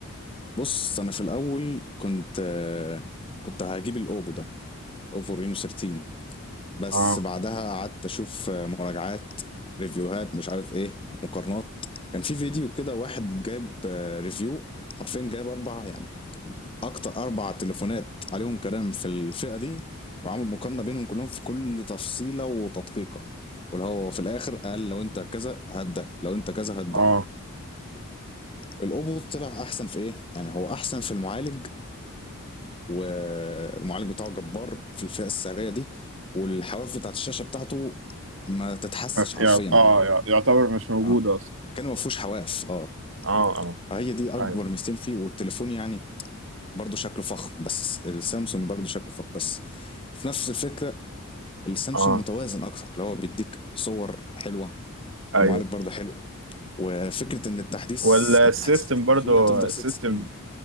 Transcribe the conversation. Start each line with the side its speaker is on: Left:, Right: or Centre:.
Left: بص انا في الاول كنت آه، كنت هجيب الاوبو ده اوبو رينو 13 بس
Right: اه
Left: بعدها قعدت اشوف مراجعات ريفيوهات مش عارف ايه مقارنات كان في فيديو كده واحد جايب آه، ريفيو حرفيا جايب اربع يعني اكتر اربع تليفونات عليهم كلام في الفئة دي وعامل مقارنة بينهم كلهم في كل تفصيلة وتدقيقة واللي هو في الاخر قال لو انت كذا هات ده لو انت كذا هات ده
Right: اه
Left: الاوبو طلع احسن في ايه يعني هو احسن في المعالج والمعالج بتاعه جبار في الفئة السعرية دي والحواف بتاعت الشاشة بتاعته ما تتحسش حرفيا
Right: يع-
Left: يعني
Right: اه يع- يعتبر مش موجود
Left: اه
Right: اصلا
Left: كان ما فيهوش حواف اه
Right: اه اه
Left: هي دي اكبر
Right: ايوه
Left: ميزتين فيه والتليفون يعني برضه شكله فخم بس السامسونج برضه شكله فخم بس في نفس الفكرة السامسونج
Right: اه
Left: متوازن اكتر اللي هو بيديك صور حلوة
Right: ايوه
Left: المعالج برضه حلو وفكرة ان التحديث
Right: والسيستم
Left: التحديثات اللي
Right: برضو
Left: فيه هتفضل
Right: السيستم
Left: ست سنين